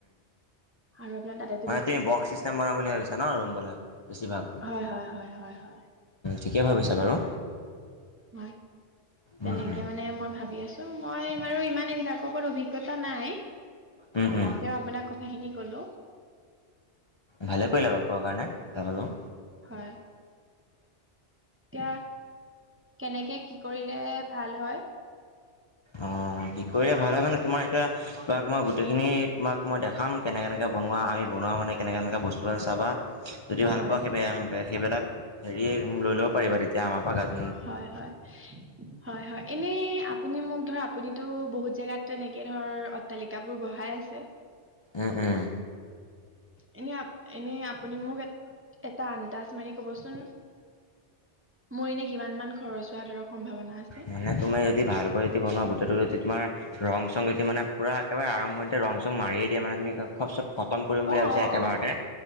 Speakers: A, on the right (about 15°); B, on the left (about 40°).
A: আৰু আপোনাৰ তাতে
B: মান তুম বক্স চিষ্টেম বনাম বুলি ভাবিছ ন ৰুমবিলাক বেছি ভাগ
A: হয় হয় হয় হয় হয়
B: ঠিকে ভাবিছে বাৰু
A: হয় তেনেকে
B: উম উম
A: মানে মই ভাবি আছো মই বাৰু ইমান এইবিলাকৰ ওপৰত অভিজ্ঞতা নাই
B: উম উম
A: তেওঁ আপোনাক কথাখিনি কলো
B: ভালে কৰিলা বু ক' কাৰণে ভালালোঁ
A: হয় এতিয়া কেনেকে কি কৰিলে ভাল হয়
B: অ, কি কৰিলে ভাল হয় নানে তোমাৰ এতিয়া তোমাক মই গোটেইখিনি তোমাক মই দেখাম কেনে কেনেক বনোৱা আমি বনোৱা মানে কেনেকে এনেককা বস্তুব চাবা যদি ভাল
A: হয়
B: পোৱা <inaudible> সেইবিলাক হেৰি লৈ ল'ব পাৰিব তেতিয়া আমাৰ পৰা গত
A: হয়, হয়। হয় হয় এনেই আপুনি মোক ধৰ আপুনিতো বহুত জেগাতো এনেকৈ ধৰ অট্টালিকাবোৰ বঢ়াই আছে। <unintelligible>
B: উম, উম।
A: এনে, এনে আপুনি মোক এটা আন্দাজ মাৰি কবচোন মোৰ এনে কিমান মান খৰচ হোৱা ধৰক সম্ভাৱনা আছে
B: মানে তুমি যদি ভালকৈ বনোৱা গোটেইটো তোমাৰ ৰং চং যতিয়া মানে পূৰা একেবাৰে আৰম্ভতে ৰং চং মাৰিয়ে দিয়া মানে তুমি খব চব খতম কৰিম বুলি
A: অ
B: ভাবিছ
A: অ
B: একেবাৰতে
A: অ